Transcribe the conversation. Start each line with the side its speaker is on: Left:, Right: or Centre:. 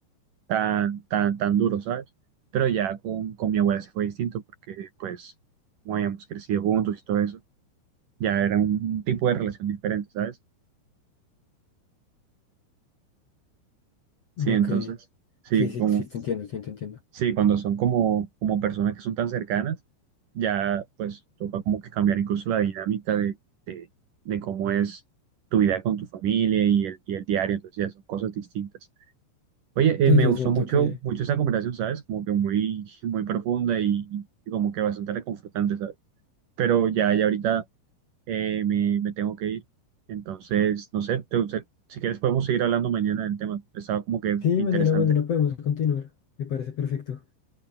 Right: tan, tan, tan duro, ¿sabes? Pero ya con, con mi abuela sí fue distinto porque, pues, como habíamos crecido juntos y todo eso, ya era un, un tipo de relación diferente, ¿sabes? Sí,
Left: No
Right: entonces,
Left: que...
Right: sí,
Left: Sí, sí,
Right: como,
Left: sí, te entiendo, sí, te entiendo.
Right: sí, cuando son como, como personas que son tan cercanas, ya, pues, toca como que cambiar incluso la dinámica de, de, de cómo es tu vida con tu familia y el, y el diario, entonces ya son cosas distintas. Oye,
Left: Sí,
Right: eh, me
Left: yo
Right: gustó
Left: siento
Right: mucho,
Left: que...
Right: mucho esa conversación, ¿sabes? Como que muy, muy profunda y, y como que bastante reconfortante, ¿sabes? Pero ya, ya ahorita eh, me, me tengo que ir. Entonces, no sé, te- te- si quieres podemos seguir hablando mañana del tema. Estaba como que
Left: Sí,
Right: interesante.
Left: mañana, mañana podemos continuar. Me parece perfecto.